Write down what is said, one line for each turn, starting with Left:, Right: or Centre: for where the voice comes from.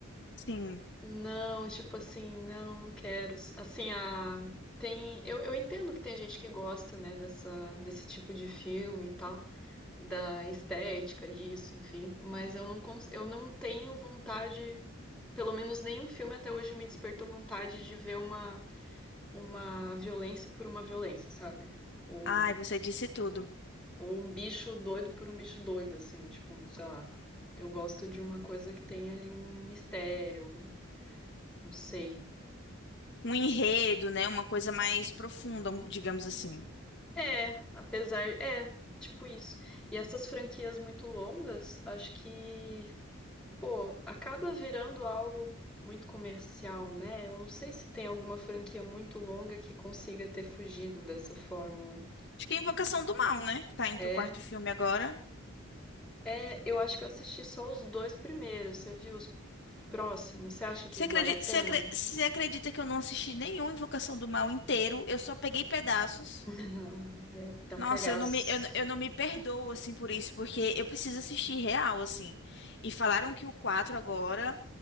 Left: Sim.
Centre: Não, tipo assim, não, não quero. Assim, a tem, eu, eu entendo que tem gente que gosta, né, dessa desse tipo de filme e tal, da estética disso, enfim, mas eu não cons... eu não tenho vontade pelo menos nenhum filme até hoje me despertou vontade de ver uma, uma violência por uma violência, sabe? Ou,
Left: Ai, você disse tudo.
Centre: ou um bicho doido por um bicho doido, assim, tipo, sei lá. Eu gosto de uma coisa que tem ali um mistério, não sei.
Left: Um enredo, né? Uma coisa mais profunda, um- digamos assim.
Centre: É, apesar. É, tipo isso. E essas franquias muito longas, acho que, pô, acaba virando algo muito comercial, né? Eu não sei se tem alguma franquia muito longa que consiga ter fugido dessa fórmula.
Left: Acho que é Invocação do Mal, né? Que tá indo
Centre: É.
Left: pro quarto filme agora.
Centre: É, eu acho que eu assisti só os dois primeiros. Você viu os, os próximos? Você acha que
Left: Você
Centre: vale
Left: acredita,
Centre: a pena?
Left: você acre- você acredita que eu não assisti nenhum Invocação do Mal inteiro? Eu só peguei pedaços.
Centre: <laughs> Não, é que dá
Left: Nossa,
Centre: cagaço.
Left: eu não me, eu, eu não me perdoo, assim, por isso, porque eu preciso assistir real, assim. E falaram que o 4 agora.